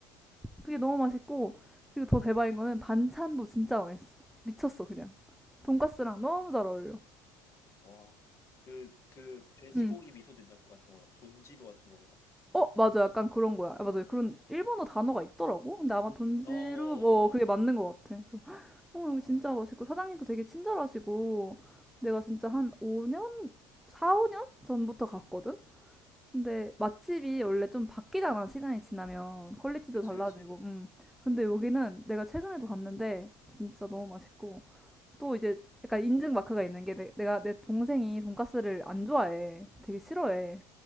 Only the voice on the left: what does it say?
와. 그, 그, 돼지고기
미소 된장국 같은 거구나. 돈지루 같은 거구나.
어, 어.
어.
아,
그치,
그치.